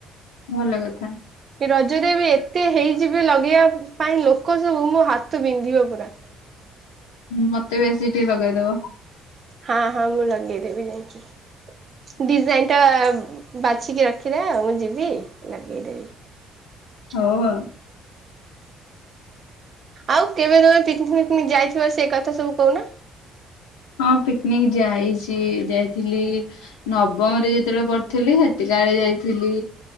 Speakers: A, on the left; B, on the right.
A: ଭଲ କଥା।
B: ରଜରେ ବି ଏତେ ହେଇଯିବେ ଲଗେଇବା ପାଇଁ ଲୋକ ସବୁ ମୋ ହାତ ବିନ୍ଧିବ ପୁରା।
A: ମୋତେ ବେଶୀ ଟିକେ ଲଗେଇଦବ।
B: ହଁ ହଁ ମୁଁ ଲଗେଇଦେବି ଯାଇକି ଡିଜାଇନ ଟା ବାଛିକି ରଖିଥାଅ ମୁଁ ଯିବି। ଲଗେ଼ଇ ଦେବି।
A: ହଉ ଆଉ
B: ଆଉ କେବେ ତମେ ପିକନିକ ଫିକନିକ ଯାଇଥିବ ସେ କଥା ସବୁ କହୁନ।
A: ହଁ ପିକନିକ ଯାଇଚି ଯାଇଥିଲି ନବମରେ ଯେତେବେଳେ ପଢ଼ୁଥିଲି ସେତିକା ବେଳେ ଯାଇଥିଲି